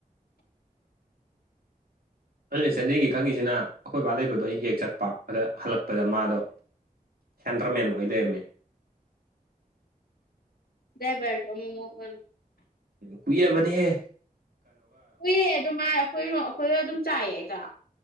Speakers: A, on the right; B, on the left.
A: ꯑꯗꯨꯅ ꯆꯟꯗꯦꯜꯒꯤ ꯈꯪꯉꯤꯁꯤꯅ ꯑꯩꯈꯣꯏ ꯕꯥ ꯂꯩꯕꯗꯣ ꯑꯩ ꯍꯦꯛ ꯆꯠꯄ ꯑꯗꯥ ꯍꯜꯂꯛꯄꯗ ꯃꯥꯗꯣ ꯈꯦꯟꯗ꯭ꯔꯃꯦꯟ ꯑꯣꯏ ꯂꯩꯔꯝꯃꯦ
B: ꯗꯥꯏꯕꯔꯒ ꯑꯃꯃꯨꯛ ꯑꯣꯏꯕꯅꯤ
A: ꯀꯨꯏꯔꯥꯕꯅꯦꯍꯦ
B: ꯀꯨꯏꯔꯦ ꯑꯗꯨꯃꯥꯏ ꯑꯩꯈꯣꯏꯔꯣꯝ ꯑꯩꯈꯣꯏꯗꯣ ꯑꯗꯨꯝ ꯆꯥꯏꯌꯦ ꯆꯛ